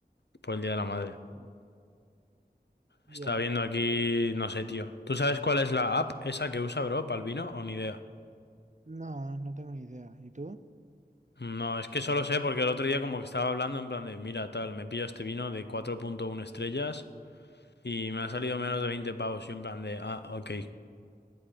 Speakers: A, on the left; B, on the right.
A: por el Día de la Madre.
B: mm, ya.
A: Estaba viendo aquí, no sé, tío. ¿Tú sabes cuál es la app esa que usa, bro, para el vino o ni idea?
B: No, no tengo ni idea. ¿Y tú?
A: No, es que solo sé porque el otro día como que estaba hablando en plan de, mira, tal, me pillo este vino de 4.1 estrellas y me ha salido menos de 20 pavos. Y en plan de, ah, ok.